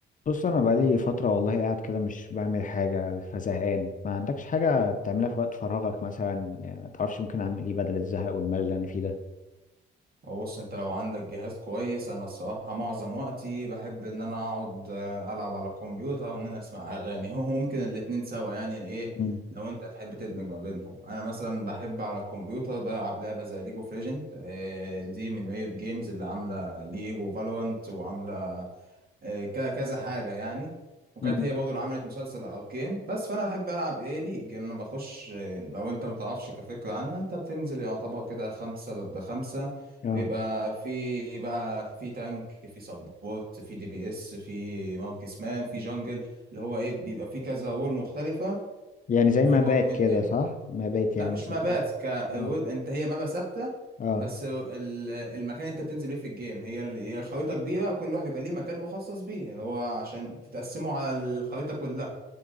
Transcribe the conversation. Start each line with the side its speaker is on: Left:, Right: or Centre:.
Left: بص انا بقالي فتره والله قاعد كده مش بعمل حاجه فزهقان ما عندكش حاجه بتعملها في وقت فراغك مثلا يعني ما تعرفش ممكن اعمل ايه بدل الزهق والملل اللي انا فيه ده
Right: هو بص انت لو عندك جهاز كويس انا الصراحه معظم وقتي بحب ان انا اقعد آه، العب على الكمبيوتر وان انا اسمع اغاني <laughs> هو ممكن الاتنين سوا يعني ايه
Left: مم.
Right: لو انت تحب تدمج ما بينهم انا مثلا بحب على الكمبيوتر بلعب لعبه زي ليجو اوف ليجند دي من ريوت جيمز اللي عامله ليج وفالورانت وعامله آه، ك- كذا حاجة يعني وكانت
Left: مم.
Right: هي برضه اللي عملت مسلسل أركين بس فأنا بحب ألعب إيه ليج أنا بخش آه، لو أنت متعرفش كفكرة عنها أنت بتنزل يعتبر كده خمسة ضد خمسة
Left: اه
Right: بيبقى في بقى في تانك في سبورت في دي بي اس في مركز مان في جنجل اللي هو إيه بيبقى في كذا رول مختلفة
Left: يعني
Right: وفي
Left: زي ما
Right: برضه
Left: بات
Right: ميد
Left: كده
Right: لين
Left: صح ما بات
Right: لا
Left: يعني
Right: مش
Left: مثلا
Right: مبات
Left: كده
Right: ك
Left: اه
Right: و- انت هي مابا ثابته
Left: اه
Right: بس ال- المكان اللي انت بتنزل بيه في الجيم هي ال- هي الخريطه كبيره كل واحد بيبقى ليه مكان مخصص بيه اللي هو عشان تتقسموا على الخريطه كلها